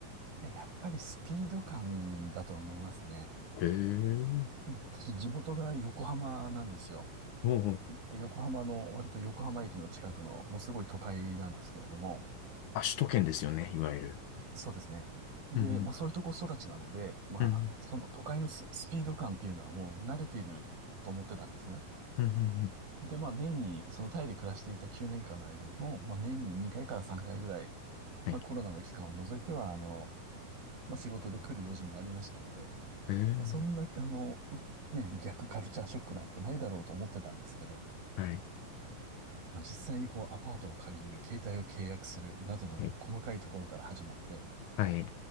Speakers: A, on the right (about 90°); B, on the left (about 75°).
A: いや、やっぱりスピード感だと思いますね。
B: へえ。
A: うん私、地元が横浜なんですよ。
B: おうおう。
A: で、横浜の、割と横浜駅の近くの、もうすごい都会なんですけれども、
B: あ、首都圏ですよね、いわゆる。
A: そうですね。で、
B: うんうん。
A: まあそういうとこ育ちなので、まああの、
B: うん
A: その都会のス、スピード感っていうのはもう慣れていると思ってたんですね。
B: うんうんうんうん
A: で、まあ年に、そのタイで暮らしていた9年間の間にも、まあ年に2回から3回ぐらい、
B: はい。
A: まあコロナの期間を除いては、あの、まあ仕事で来る用事もありましたので、
B: へえ。
A: まあそんな、あの、ね、逆カルチャーショックなんてないだろうと思ってたんですけど、
B: はい。
A: まあ、実際にこうアパートを借りる、携帯を契約するなどなど細かいところから始まって、
B: はい。はい。